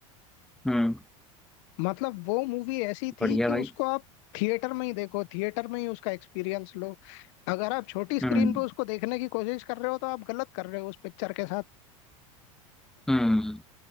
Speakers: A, in the centre; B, on the left.
A: हम्म
B: मतलब वो मूवी ऐसी थी
A: बढ़िया
B: कि
A: भाई
B: उसको आप थिएटर में ही देखो थिएटर में ही उसका एक्सपीरियंस लो अगर आप छोटी स्क्रीन
A: हम्म
B: पे उसको देखने की कोशिश कर रहे हो तो आप गलत कर रहे हो उस पिक्चर के साथ
A: हम्म